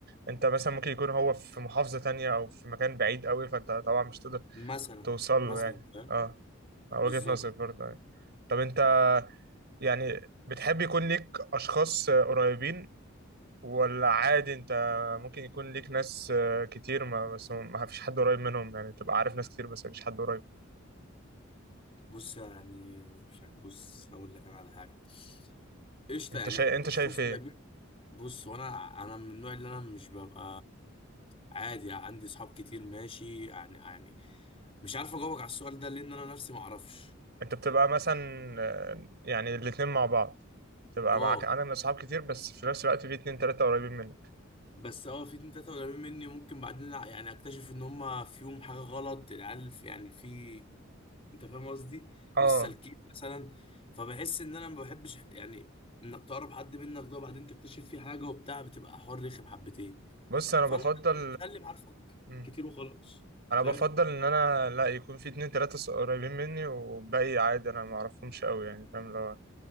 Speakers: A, on the right; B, on the left.
A: انت مثلا ممكن يكون هو في محافظه تانية او في مكان بعيد قوي فانت طبعا مش تقدر
B: مثلا
A: توصل له
B: مثلا
A: يعني
B: فاهم
A: اه وجهه
B: بالظبط
A: نظر برضه يعني. طب انت يعني بتحب يكون ليك أشخاص قريبين ولا عادي أنت ممكن يكون ليك ناس كتير ما بس ما فيش حد قريب منهم يعني تبقى عارف ناس كتير بس ما فيش حد قريب
B: بص يعني مش ع- بص هقول لك انا على حاجه قشطه
A: أنت
B: يعني
A: شايف أنت
B: اشخاص
A: شايف إيه؟
B: قريبين بص هو انا انا من النوع اللي انا مش ببقى عادي عندي اصحاب كتير ماشي يعني يعني مش عارف اجاوبك على السؤال ده لان انا نفسي ما اعرفش
A: أنت بتبقى مثلا يعني الاتنين مع بعض تبقى
B: اه
A: معاك أنا من أصحاب كتير بس في نفس الوقت في اتنين تلاتة قريبين منك
B: بس اه في اتنين تلاتة قريبين مني ممكن بعدين يعني اكتشف ان هما فيهم حاجة غلط العيال في- يعني في انت فاهم قصدي
A: آه
B: مش سالكين مثلا فبحس ان انا ما بحبش يعني انك تقرب حد منك ده وبعدين تكتشف فيه حاجة وبتاع بتبقى حوار رخم حبتين
A: بص أنا
B: فلا
A: بفضل
B: خلي معارفك
A: مم.
B: كتير وخلاص
A: أنا
B: فاهم
A: بفضل إن أنا لا يكون في اتنين تلاتة ص- قريبين مني والباقي عادي أنا معرفهمش أوي يعني فاهم اللي هو